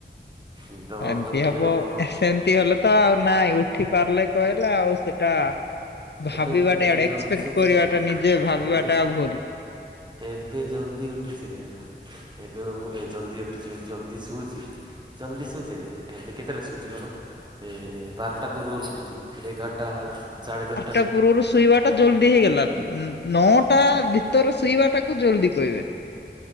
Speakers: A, on the right (about 25°); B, on the left (about 65°).
A: ନିଦ ଭାଙ୍ଗୁନାହିଁ
B: ଏମତି ହବ
A: ମୋର
B: ସେମିତି ହେଲେ ତ ଆଉ ନାଇଁ ଉଠି ପାରିଲେ କହିଲା ଆଉ ସେଟା ଭାବିବାଟା
A: ଏବେ ଏବେ
B: ଏଆଡେ ଏକ୍ସପେକ୍ଟ
A: ଜଲ୍ଦି ଶୁଚୁରେ
B: କରିବାଟା
A: ହେଲା
B: ନିଜେ ଭାବିବାଟା
A: ଏବେ
B: ଭୁଲ୍‌
A: ଏବେ ଜଲ୍ଦି ଉଠୁଛି ରେ ହେଲା ଏବେ ମୁଁ ଏ ଜଲ୍ଦି ଏତେ ଜ ଜଲ୍ଦି ଶୋଉଛି ଜଲ୍ଦି ଶୋଉଛି ରେ ଏବେ କେତେଟାରେ ଶୋଉଛି କହିଲ ଏ ଏ ବାରଟା ପୂର୍ବରୁ ଶୋଉଛି। ଏଗାରଟା ବାଢ଼େ ଦଶ
B: ତା ପୁର୍ବୁରୁ ଶୋଇବା ଟା ଜଲ୍ଦି ହେଇଗଲା ଉଁ ନଅଟା ଭିତରେ ଶୋଇବା ଟାକୁ ଜଲଦି କହିବେ। <inaudible>